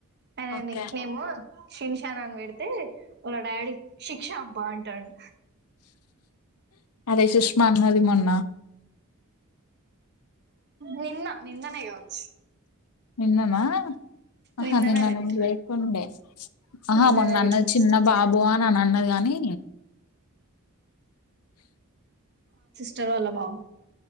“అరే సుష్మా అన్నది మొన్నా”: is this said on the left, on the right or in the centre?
Left